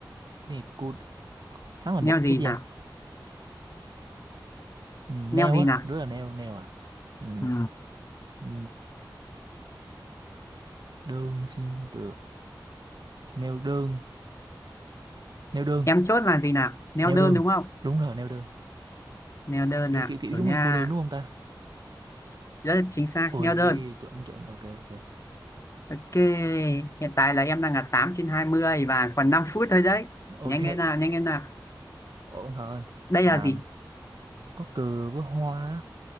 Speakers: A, on the right; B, on the left.
A: cái này cô hắn là một
B: Neo gì
A: cái gì
B: nào?
A: anh ừ, nail
B: Neo gì
A: á
B: nào?
A: đứa là nail nail à ừ.
B: Ừ.
A: ừ, đơn xin được nail đơn nail đơn
B: Em chốt là gì nào? Neo
A: nail
B: đơn
A: đơn
B: đúng không?
A: đúng rồi nail đơn
B: Neo đơn
A: kiểu
B: nào?
A: kiểu kiểu
B: Rồi
A: giống
B: nha.
A: như cô đơn đúng không ta
B: Rất là chính xác,
A: ôi
B: neo đơn.
A: chuẩn chuẩn ok ok
B: Ok, hiện tại là em đang là 8 trên 20 và còn 5 phút thôi đấy.
A: ok
B: Nhanh lên nào, nhanh lên nào.
A: Ủa ông thợ ơi,
B: Đây
A: à,
B: là gì?
A: có cừ với hoa, á.